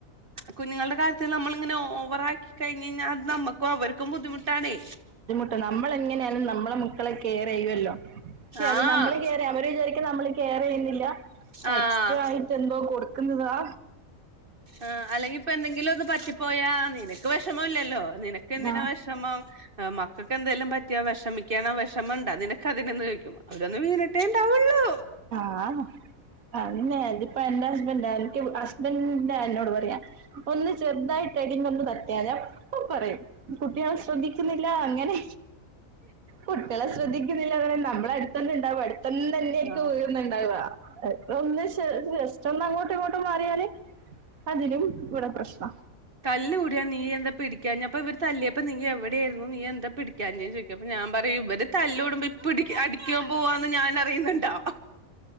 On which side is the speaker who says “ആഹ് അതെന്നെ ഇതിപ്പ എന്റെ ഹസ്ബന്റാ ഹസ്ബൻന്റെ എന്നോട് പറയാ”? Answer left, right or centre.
Right